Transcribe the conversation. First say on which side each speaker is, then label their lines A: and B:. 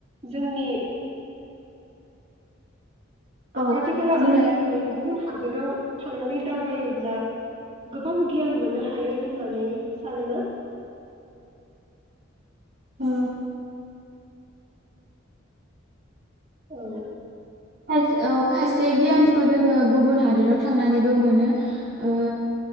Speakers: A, on the right; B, on the right.
A: जोंनि
B: औ
A: खाथि खाला
B: बुंलाय
A: ओनसोलनिफ्राय गुबुन हादोराव थांनानै दावबायोब्ला गोबां गियान मोननो हायो होननानै सानो ना?
B: औ
A: औ
B: खाय औ खायसे गियानखौ जोङो गुबुन हादोराव थांनानैबो मोनो ओ